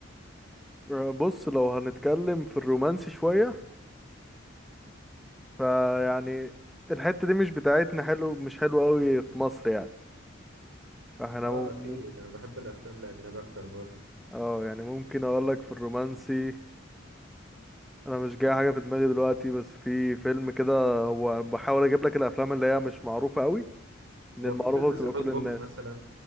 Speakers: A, in the centre; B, on the right (about 85°).
A: آه، بص لو هنتكلم في الرومانسي شوية فيعني الحتة دي مش بتاعتنا حلو مش حلو قوي في مصر يعني فاحنا
B: اه
A: مم...
B: أكيد أنا بحب الأفلام الأجنبية أكتر برضو
A: اه يعني ممكن اقول لك في الرومانسي انا مش جاي حاجه في دماغي دلوقتي بس في فيلم كده هو بحاول اجيب لك الافلام اللي هي مش معروفه قوي ان
B: هو
A: المعروفه
B: في فيلم
A: بتبقى
B: ذا
A: كل
B: نوت بوك
A: الناس
B: مثلا